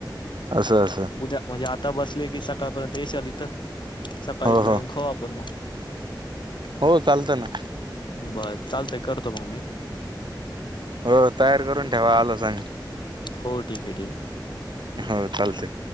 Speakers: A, on the right (about 70°); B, on the left (about 70°).
A: असं असं
B: उद्या म्हणजे आता बसले कि सकाळपर्यंत येश आली इथं सकाळी
A: हो
B: मिळून
A: हो
B: खाऊ आपण मग
A: हो चालतं ना
B: बर चालतय करतो मग मी
A: हो तयार करून ठेवा आलो सांग
B: हो ठीक आहे ठीक आहे
A: हो चालते